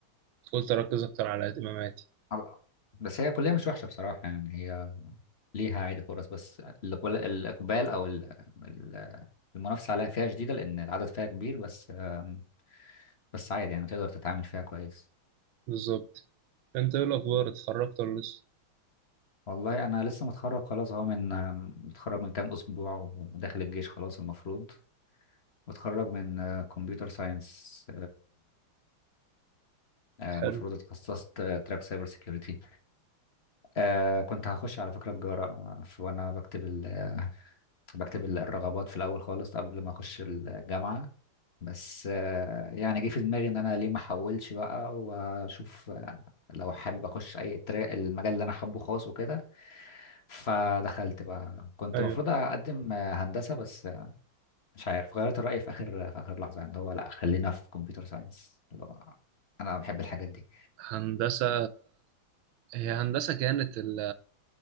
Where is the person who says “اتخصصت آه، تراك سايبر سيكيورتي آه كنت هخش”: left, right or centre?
Left